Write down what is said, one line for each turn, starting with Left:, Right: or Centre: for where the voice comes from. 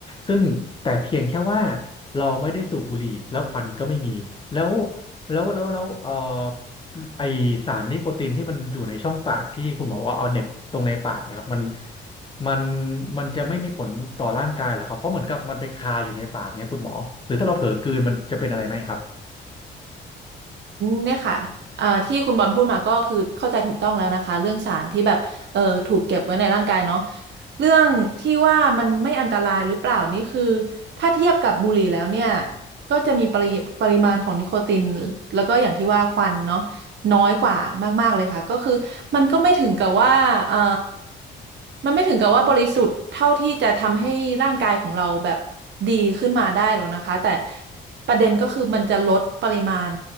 Left: ซึ่งแต่เพียงแค่ว่าเราไม่ได้สูบบุหรี่แล้วควันก็ไม่มีแล้วแล้วแล้วแล้วเอ่อไอสารนิโคตินที่มันอยู่ในช่องปากที่คุณหมอว่าเอาเหน็บตรงในปากเนะครับมัน มันมันจะไม่มีผลต่อร่างกายเหรอครับเพราะเหมือนกับมันไปคาอยู่ในปากเนี้ยคุณหมอหรือถ้าเราเผลอกลืนมันจะเป็นอะไรไหมครับ
Right: เนี่ยค่ะเอ่อที่คุณบอลพูดมาก็คือ เข้าใจถูกต้องแล้วนะคะ เรื่องสารที่แบบเอ่อถูกเก็บไว้ในร่างกายเนาะเรื่องที่ว่ามันไม่อันตรายหรือเปล่านี่คือถ้าเทียบกับบุหรี่แล้วเนี่ยก็จะมีปริปริมาณของนิโคติน แล้วก็อย่างที่ว่าควันเนาะ น้อยกว่ามากๆเลยค่ะก็คือมันก็ไม่ถึงกับว่าเออมันไม่ถึงกับว่าบริสุทธิ์เท่าที่จะทำให้ร่างกายของเราแบบดีขึ้นมาได้หรอกนะคะแต่ประเด็นก็คือมันจะลดปริมาณ